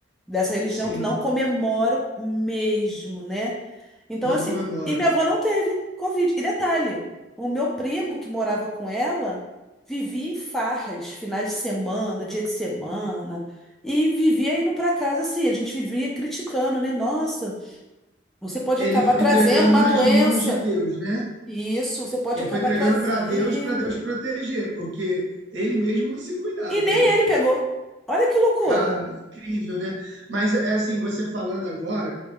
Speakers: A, in the centre; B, on the right.
A: dessa religião,
B: Sim,
A: que não comemoram mesmo, né? Então,
B: não
A: assim,
B: comemoro.
A: e minha avó não teve Covid. E detalhe, o meu primo que morava com ela vivia em farras, finais de semana, dia de semana. E vivia indo para casa assim, a gente vivia criticando, né? Nossa, você pode
B: Ele
A: acabar
B: foi
A: trazendo
B: entregando
A: uma
B: nas
A: doença.
B: mãos de Deus, né?
A: Isso, você pode
B: Ele
A: acabar
B: foi entregando
A: trazendo.
B: para Deus, para Deus proteger, porque ele mesmo não se cuidava,
A: E nem
B: né?
A: ele pegou. Olha que loucura.
B: Cara, é incrível, né? Mas é assim, você falando agora,